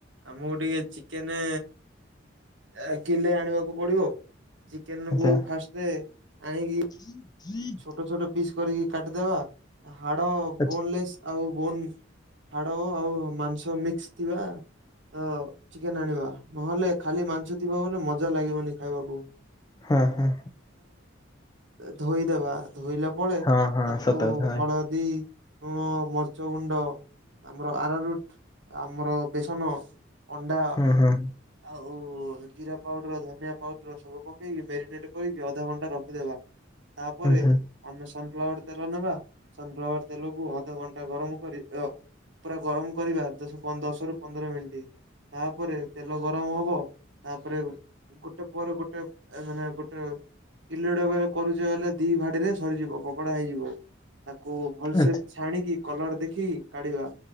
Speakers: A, on the right (about 65°); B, on the left (about 20°).
A: ଆମକୁ ଟିକେ ଚିକେନ ଏ କିଲେ ଆଣିବାକୁ ପଡିବ ଚିକେନ
B: ଆଚ୍ଛା
A: କୁ ଫାଷ୍ଟ ଆଣିକି
B: <unintelligible>
A: ଛୋଟ ଛୋଟ ପିସ୍ କରିକି କାଟିଦବା ହାଡ
B: ଆଚ୍ଛା
A: ବୋନଲେସ୍ ଆଉ ବୋନ ହାଡ଼ ଓ ଆଉ ମାଂସ ମିକ୍ସ ଥିବା ଅ ଚିକେନ ଆଣିବା। ନହେଲେ ଖାଲି ମାଂସ ଥିବ ବୋଲେ ମଜା ଲାଗିବନି ଖାଇବାକୁ।
B: ହଁ ହଁ।
A: ଧୋଇଦବା ଧୋଇଲା ପଳେ
B: ହଁ ହଁ
A: ତାକୁ
B: ସତ କଥା
A: ହଳ ଦୀ ଲୁଣ ମର୍ଚ ଗୁଣ୍ଡ ଆମର ଆରାରୁଟ ଆମର ବେସନ ଅଣ୍ଡା
B: ହଁ ହଁ।
A: ଆଉ ଜିରା ପାଉଡର ଧନିଆ ପାଉଡର ସବୁ ପକେଇକି ମ୍ୟାରିନେଟ୍ କରିକି ଅଧା ଘଣ୍ଟା ରଖିଦବା। ତା ପରେ
B: ଆଚ୍ଛା
A: ଆମେ ସନଫ୍ଲାୱାର ତେଲ ନେବା ସନଫ୍ଲାୱାର ତେଲକୁ ଅଧଘଣ୍ଟା ଗରମ କରି ଏ ପୁରା ଗରମ କରିବା ଦଶରୁ ପନ୍ଦର ଦଶରୁ ପନ୍ଦର ମିନିଟ୍ ତାପରେ ତେଲ ଗରମ ହବ ତାପରେ ଗୋଟେ ପରେ ଗୋଟେ ମାନେ ଗୋଟେ କିଲୋଟେ କରୁଛେ ହେଲେ ଦି ଭାଡିରେ ସରିଯିବ ପକୋଡା ହେଇଯିବ ତାକୁ ଭଲସେ
B: ଆଚ୍ଛା
A: ଛାଣିକି କଲର୍ ଦେଖିକି କାଢ଼ିବା।